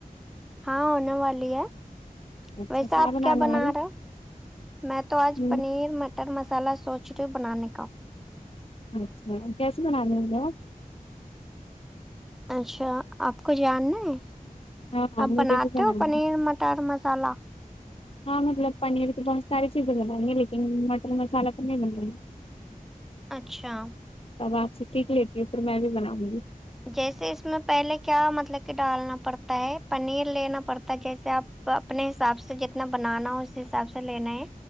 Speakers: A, in the centre; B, on the left (about 40°).
A: ہاں ہونے والی ہے
B: اچھا
A: ویسا آپ
B: بنانے
A: کیا بنا
B: والا
A: رہا میں تو آج
B: ہ
A: پنیر مٹ مٹر مسالہ سوچ رہی بنانے کا
B: اچھا کیسے بنانے ہو
A: اچھا آپ کو جاننا ہے
B: ہاں ہاں
A: آپ
B: مجھے
A: بناتے
B: بھی بنانا
A: ہو پنیر
B: ہے
A: مٹر مٹں مسالہ
B: ہاں مطلب پنیر کی بہت ساری چیزیں لگائیں گے لیکن مٹن مسالہ تو نہیں بنیں گے
A: اچھا
B: تب آپ سے سیکھ لیتی ہے پھر میں بھی بناؤں گی
A: جیسے اس میں پہلے کیا مطلب کہ ڈالنا پڑتا ہے پنیر لینا پڑتا ہے جیسے آپ تو اپنے حساب سے جتنا بنانا ہو اس حساب سے لینا ہے